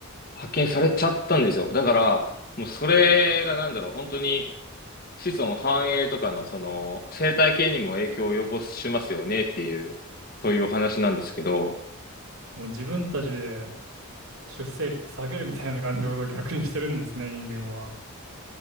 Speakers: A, on the left; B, on the right.
A: 発見されちゃったんですよ。だから、もうそれがなんだろう、本当に子孫繁栄とかのその生態系にも影響を及ぼしますよねっていう、そういうお話なんですけど、
B: もう自分たちで出生率下げるみたいな感じのことを逆にしてるんですね、人間は。